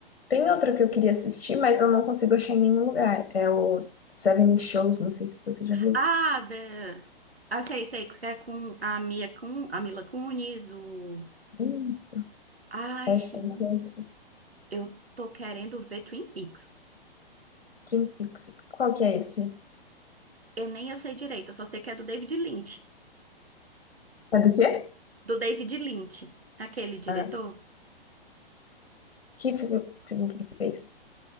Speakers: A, on the left; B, on the right.
A: Tem outra que eu queria assistir, mas eu não consigo achar em nenhum lugar. É o Seven Shows, não sei se você já viu.
B: Ah, da. Ah, sei, sei, que é com a Mia Kun, a Mila Kunis, o.
A: Hum,
B: Ai,
A: Ashton
B: sim.
A: Kutcher,
B: Eu tô querendo ver Twin Peaks.
A: Twin Peaks. Qual que é esse?
B: Eu nem eu sei direito, eu só sei que é do David Lynch.
A: É do quê?
B: Do David Lynch, aquele diretor.
A: Ah, que fi- filme que ele fez?